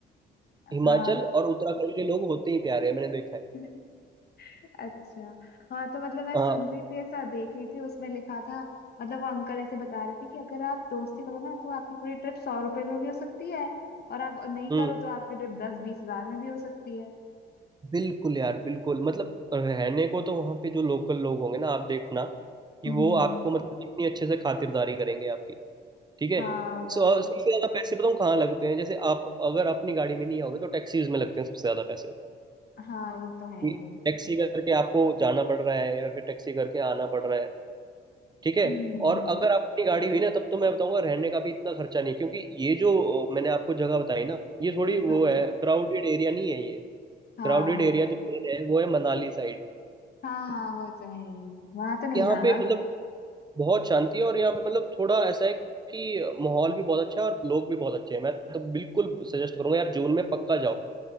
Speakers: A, on the right; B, on the left.
A: हिमाचल
B: हाँ
A: और उत्तराखंड के लोग होते ही प्यारे हैं मैंने देखा है
B: <laughs> अच्छा हाँ तो मतलब मैं
A: हाँ
B: सुन रही थी ऐसा देख रही थी उसमें लिखा था मतलब वो अंकल ऐसे बता रहे थे कि अगर आप दोस्ती करो ना तो आपकी पूरी ट्रिप सौ रुपए में भी हो सकती है और आप नहीं
A: हम्म
B: करो तो आपकी ट्रिप दस बीस हजार में भी हो सकती है
A: बिल्कुल यार बिल्कुल मतलब रहने को तो वहाँ पे जो लोकल लोग होंगे ना आप देखना कि
B: हम्म
A: वो आपको मतलब कितनी अच्छे से खातिरदारी करेंगे आपकी ठीक है
B: हाँ
A: सो-
B: वही
A: सबसे ज्यादा पैसे बताऊँ कहाँ लगते हैं जैसे आप अगर अपनी गाड़ी में नहीं आओगे तो टैक्सीज में लगते हैं सबसे ज्यादा पैसे
B: हाँ ये तो है ही
A: कि टैक्सी करके आपको जाना पड़ रहा है या फिर टैक्सी करके आना पड़ रहा है ठीक है
B: हम्म
A: और अगर आप अपनी गाड़ी हुई ना तब तो मैं बताऊंगा रहने का भी इतना खर्चा नहीं क्योंकि ये जो अ, मैंने आपको जगह बताई ना ये थोड़ी वो
B: हाँ
A: है क्राउडेड एरिया नहीं है ये
B: हाँ
A: क्राउडेड एरिया जो मेन है वो है मनाली साइड
B: हाँ हाँ वो तो है ही वहां तो नहीं
A: यहाँ
B: जाना
A: पे मतलब बहुत शांति है और यहाँ पे मतलब थोड़ा ऐसा है कि माहौल भी बहुत अच्छा है और लोग भी बहुत अच्छे हैं मैं तो बिल्कुल सजेस्ट करूंगा यार जून में पक्का जाओ